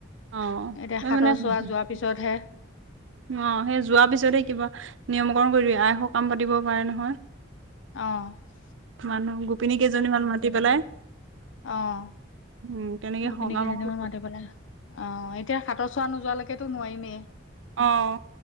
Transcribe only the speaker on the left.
এতিয়া
সাতৰ
চোৱা যোৱাৰ পিছতহে
অ
অহ
গোপিনী
কেইজনদিনমান
মাতি পেলাই, অ এতিয়া সাতৰ চোৱা নোযোৱালৈকেতো নোৱাৰিমেই।